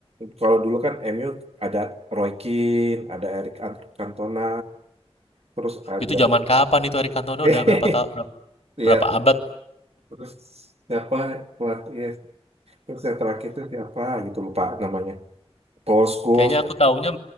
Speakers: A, on the right; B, on the left.
A: kalau dulu kan MU ada Roy Keane, ada Eric Ant- Cantona, terus ada
B: Itu zaman kapan itu Eric Cantona
A: <laughs>
B: udah berapa tahun
A: ya
B: berapa abad?
A: terus siapa pelatih ya, terus yang terakhir itu siapa gitu lupa namanya. Paul Scholes,
B: Kayaknya aku taunya